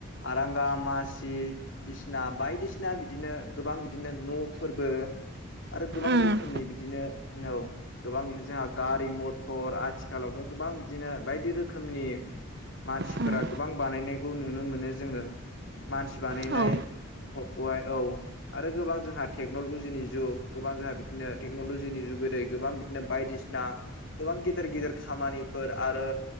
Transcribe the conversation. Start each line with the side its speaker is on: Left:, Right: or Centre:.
Left: आरांगा, मासि, बिसना बायदिसिना बिदिनो गोबां बिदिनो न' फोरबो आरो गोबां
Right: उम
Left: रोखोमनि बिदिनो औ गोबांनो जोंहा गारि, मथर आथिखालावथ' गोबां बिदिनो बायदि रोखोमनि मानसिफोरा
Right: उम
Left: गोबां बानायनायखौ नुनो मोनो जोङो मानसि बानायनाय
Right: औ
Left: सम्पदखौहाय औ आरो गोबां जोंहा टेक्न'लजिनि जुग गोबां जोंहा बिदिनो टेक्न'लजिनि गोदै गोबां बिदिनो बायदि सि ना गोबां गेदेर गेदिर खामानिफोर आरो